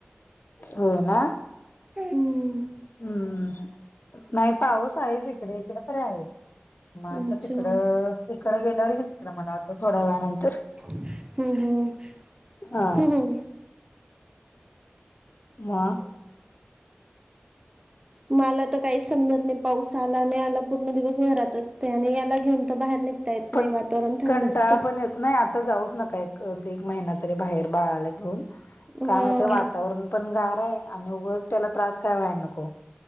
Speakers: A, on the left (about 55°); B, on the right (about 20°).
A: हो ना.
B: हम्म.
A: हम्म नाही पाऊस आहेच इकडे इकडे तरी आहे. म आता
B: अच्छा
A: तिकडं तिकडं गेल्यावर तिकडं मला होतं थोड्या वेळानंतर
B: हम्म हम्म.
A: आ.
B: हम्म हम्म.
A: म
B: मला तर काहीच समजत नाही पाऊस आला नाही आला पूर्ण दिवस घरातच आणि याला घेऊन तो बाहेर निघता येत
A: पण
B: नाही वातावरण थंड
A: कंटाळा
B: असतो
A: पण येत नाही आता जाऊच नका एक एक महिना तरी बाहेर बाळाला घेऊन
B: हा
A: का माहिती वातावरण पण गारा आणि उगच त्याला त्रास काय व्हाय नको